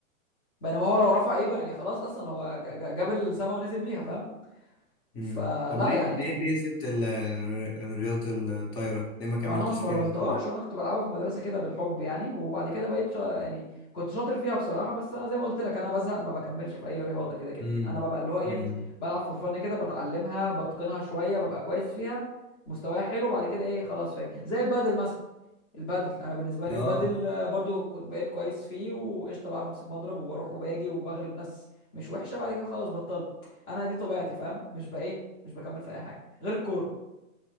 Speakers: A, on the left (about 25°); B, on the left (about 45°).
A: بينما هو لو رفع ايده يعني خلاص اصلا هو ج- ج- جاب السما ونزل بيها فاهم
B: مم.
A: فلا
B: طب ليه
A: يعني
B: ليه ليه سبت ال- الر- رياضة الطايرة ليه ما كملتش
A: أو انا ما اتمرنتهاش
B: فيها واحترفت
A: انا كنت بلعبها في المدرسه كده بالحب يعني وبعد كده بقيت شا... يعني كنت شاطر فيها بصراحه بس انا زي ما قلت لك انا بزهق ما بكملش في اي رياضه كده كده
B: امم
A: انا ببقى اللي هو ايه
B: امم
A: بلعب فور فن كده بتعلمها بتقنها شويه ببقى كويس فيها مستواي حلو بعد كده ايه خلاص فاكر زي البادل مثلا البادل انا بالنسبه لي
B: اه
A: البادل آه، برضو كنت- بقيت كويس فيه وقشطه بعرف امسك مضرب وبروح وباجي وبغلب ناس مش وحشه بعد كده خلاص بطلت انا دي طبيعتي فاهم مش بقى ايه مش بكمل في اي حاجه غير الكوره